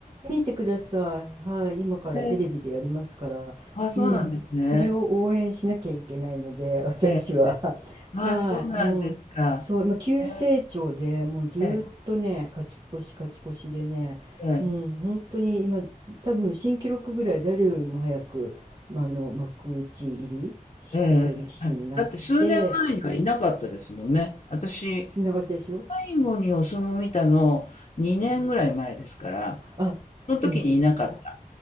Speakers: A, on the right; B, on the left.
A: 見てください。はい。今からテレビでやりますから。
B: ええ、あ、そうなんですね。
A: うん。それを応援しなきゃいけないので、<laughs> 私は。
B: ええ、
A: <laughs> はい。
B: あ、そうなんですか。
A: うん。そう、まあ、急成長でもうずーっとね、
B: ええ、え
A: 勝ち越し勝ち越しでね、
B: え、ええ、
A: もう本当に今、多分新記録ぐらい誰よりも早く、まああの、幕内入りして力士になって、
B: ええあだって数年前にはいなかったですもんね。私、
A: いなかったですよ。
B: 最後にお相撲見たの2年ぐらい前ですから、
A: あ、
B: その時にいなかった。
A: うん。